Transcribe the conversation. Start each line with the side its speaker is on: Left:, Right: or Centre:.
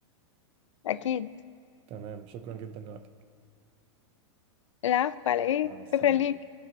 Left: اكيد
Right: تمام شكرا جدا لوقتك
Left: العفو على ايه
Right: مع السلامة
Left: شكرا ليك